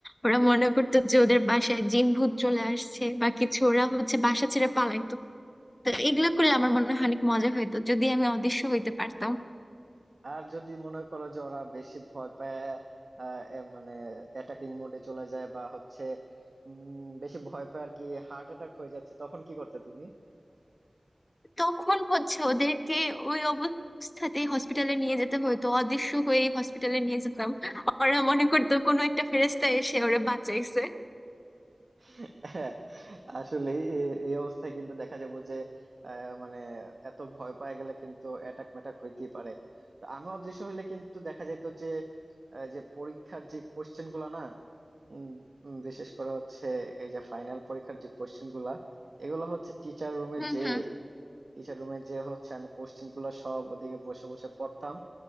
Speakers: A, on the left; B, on the right.
A: ওরা মনে করতো যে ওদের বাসায় জিন ভূত চলে আসছে বা কিছু ওরা হচ্ছে বাসা ছেড়ে পালাইতো তো এগুলো করলে আমার মনে হয় অনেক মজা হইতো যদি আমি অদৃশ্য হইতে পারতাম
B: আর যদি মনে করো যে ওরা বেশি ভয় পায় আহ, এ মানে অ্যাটাকিং মোডে চলে যায় বা হচ্ছে উম, বেশি ভয় পায় আর কি হার্ট অ্যাটাক হয়ে যাচ্ছে তখন কি করতে তুমি
A: তখন হচ্ছে ওদেরকে ওই অবস্থাতেই হসপিটালে নিয়ে যেতে হতো অদৃশ্য হয়ে হসপিটালে নিয়ে যেতাম ওরা মনে করতো কোনো একটা ফেরেস্তা এসে ওরা বাঁচাইছে
B: <laughs> হ্যাঁ, আসলে এই এই অবস্থায় কিন্তু দেখা যাবো যে আহ, মানে এত ভয় পায় গেলে কিন্তু অ্যাটাক ম্যাটাক হইতেই পারে তো আমি অদৃশ্য হলে কিন্তু দেখা যেত যে আহ, যে পরীক্ষার যে কোশ্চেন গুলা না উম, উম, বিশেষ করে হচ্ছে এই যে ফাইনাল পরীক্ষার যে কোশ্চেন গুলা এগুলো হচ্ছে টিচার রুমে
A: হুম
B: যে
A: হুম
B: টিচার রুমে যে হচ্ছে আমি কোশ্চেন গুলো সব ওদিকে বসে বসে পড়তাম